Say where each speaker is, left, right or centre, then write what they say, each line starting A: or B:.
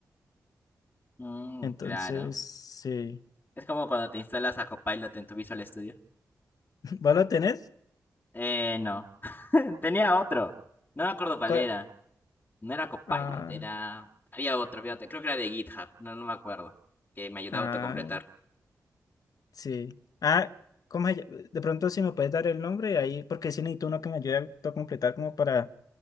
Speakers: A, on the left; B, on the left.
A: Mm,
B: Entonces,
A: claro.
B: sí.
A: Es como cuando te instalas a Copilot en tu Visual Studio.
B: <laughs> ¿Vos lo tenés?
A: Eh, no. <laughs> Tenía otro. No me acuerdo cuál
B: ¿Cuál?
A: era. No era Copilot,
B: Ah,
A: era... Había otro, había otro. Creo que era de GitHub. No, no me acuerdo. Que me ayudaba
B: ah,
A: a autocompletar.
B: sí. Ah, ¿cómo se llama? De pronto si me puedes dar el nombre ahí, porque sí necesito uno que me ayude a completar como para